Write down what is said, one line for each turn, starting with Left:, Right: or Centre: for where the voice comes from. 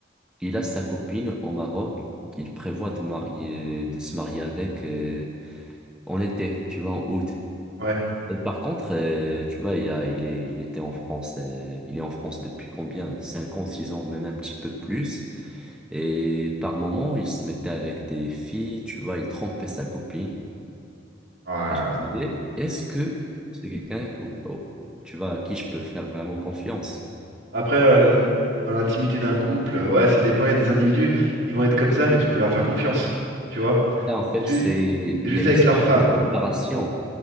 Centre: Il a sa copine au Maroc qu'il prévoit de marier, de se marier avec. euh, en été, tu vois, en août.
Right: ouais.
Centre: Et par contre, euh, tu vois, il a, il est, il était en France, euh, il est en France depuis combien? 5 ans, 6 ans, même un petit peu plus. Et par moment, il se mettait avec des filles, tu vois, il trompait sa copine.
Right: Ouais.
Centre: Et je me disais, est-ce que c'est quelqu'un, au- au- tu vois, à qui je peux faire vraiment confiance?
Right: Après, euh, l- dans l'intimité d'un couple, euh, ouais, ça dépend, il y a des individus, ils vont être comme ça, mais tu peux leur faire confiance. Tu vois?
Centre: Ça, en fait,
Right: C'est juste,
Centre: c'est, il
Right: c'est juste
Centre: y a une
Right: avec
Centre: sorte
Right: leur femme.
Centre: de séparation.